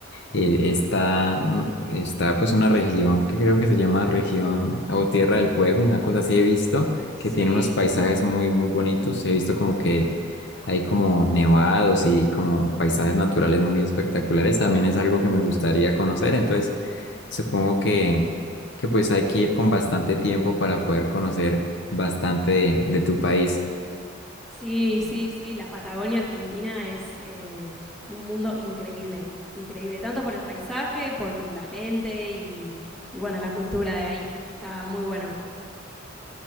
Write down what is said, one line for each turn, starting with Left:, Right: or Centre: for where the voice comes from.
Left: eh, está, mm, está pues una región que creo que se llama región o Tierra del Fuego, una cosa así he visto,
Centre: Sí,
Left: que tiene unos paisajes muy, muy bonitos. He visto como que hay como nevados y como paisajes naturales muy espectaculares. También es algo que me gustaría
Centre: Sí,
Left: conocer. Entonces, supongo que, que pues hay que ir con bastante tiempo para poder conocer bastante de de tu país.
Centre: sí, sí, sí, la Patagonia Argentina es eh, un mundo increíble, increíble, tanto por el paisaje, por la gente y, y bueno, la cultura de ahí, está muy bueno.